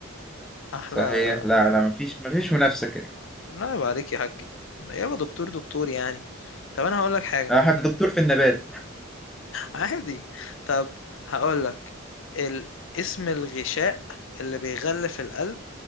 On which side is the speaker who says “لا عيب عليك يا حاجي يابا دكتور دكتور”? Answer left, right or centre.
Left